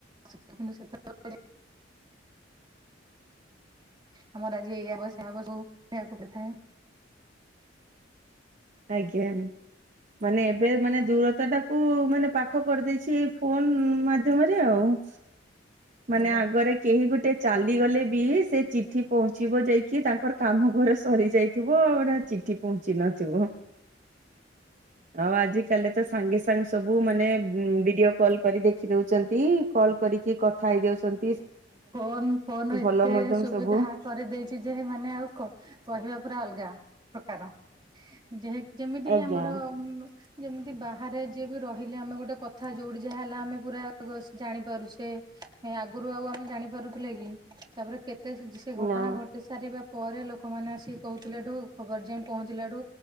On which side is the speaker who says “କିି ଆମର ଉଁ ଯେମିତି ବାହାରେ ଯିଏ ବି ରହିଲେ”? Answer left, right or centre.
Right